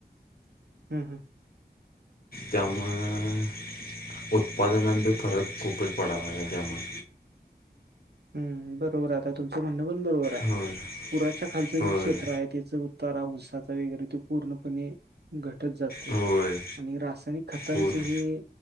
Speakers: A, on the right (about 85°); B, on the left (about 65°).
A: हम्म हम्म.
B: त्यामुळं उत्पादनात बी फरक खूपच पडाय लागलाय त्यामुळं.
A: हम्म बरोबर आता तुमचं म्हणणं पण बरोबर आहे
B: होय
A: पुराच्या खालचं
B: होय
A: जे क्षेत्र आहे त्याचं तारा ऊसाचा वगैरे तो पूर्णपणे घटत जातोय.
B: होय
A: आणि रासायनिक खतांचे
B: पूर्ण
A: हे